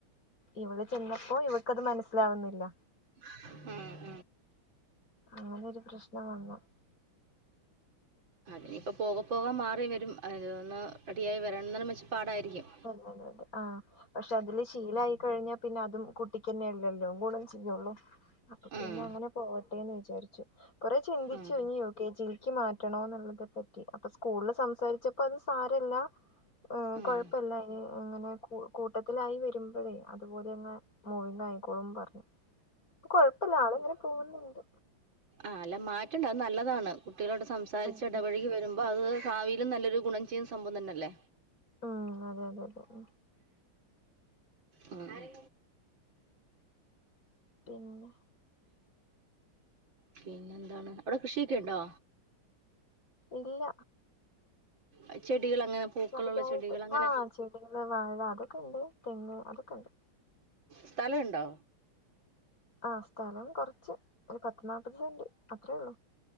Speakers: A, on the left; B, on the right.
A: ഇവള് ചെന്നപ്പോ ഇവൾക്കത് മനസ്സിലാവുന്നില്ല
B: ഉം
A: അങ്ങനെരു പ്രശ്നം വന്നു
B: ഇനിയിപ്പോ പോക പോകാൻ മാറി വരും അന്ന് റെഡിയ ആയി വരണം എന്നും മെച്ചപ്പാടായിരിക്കും
A: അതെ അതെ അതെ ആ പക്ഷെ അതില് ശീലായി കഴിഞ്ഞാപിന്നെ അതും കുട്ടിക്കന്നെയല്ലല്ലോ ചെയ്യള്ളൂ അപ്പൊ പിന്നെ
B: ഉം.
A: അങ്ങനെ പോട്ടെന്ന് വിചാരിച്ചു കൊറെ ചിന്തിച്ചു
B: ഉം.
A: ഇ എൽ ജിൽ ക്ക്മാറ്റണോ എന്നുള്ളതൊക്കെ അപ്പൊ സ്കൂളിൽ സംസാരിച്ചപ്പോ അത് സാരല്ലകൊഴ്
B: ഉം.
A: അങ്ങനെ കൂട്ടത്തിലായി വരുമ്പഴേ അതുപോലെ ങ്ങെ മൂവിംഗ് ആയിക്കോളും പറഞ്ഞുഇപ്പൊ കൊഴപ്പല്ല ആള് ങ്ങനെ പോവു ന്നുണ്ട്
B: ആ നല്ല മാറ്റണ്ട് അത് നല്ലതാണ് കുട്ടികളോട് സംസാരിച്ച്
A: ഉം
B: ഇടവഴി
A: ഉം
B: വരുമ്പോൾ അപ്പൊ അത് ഭാവിയിലും നല്ലൊരു ഗുണം ചെയ്യുന്ന സംഭവം തന്നെല്ലേ
A: ഉം അതെ അതെ അതെ
B: ഉം ഉം
A: പിന്നെ
B: പിന്നെന്താണ് അവിടെ കൃഷിയൊക്കെ ഇണ്ടോ
A: ഇല്ല
B: അത് ചെടികള് അങ്ങനെ
A: ചെറുതായിട്ട്
B: ചെടികൾ അങ്ങനെ
A: ആ ചെടികൾ വാഴ അതൊക്കെണ്ട് തെങ്ങ് അതൊക്കെണ്ട്.
B: സ്ഥലണ്ടോ.
A: ആ സ്ഥലം കുറച്ച് ഒരു പത്ത് നാല്പ്പത് സെന്റ് അത്രയേ ഉള്ളൂ.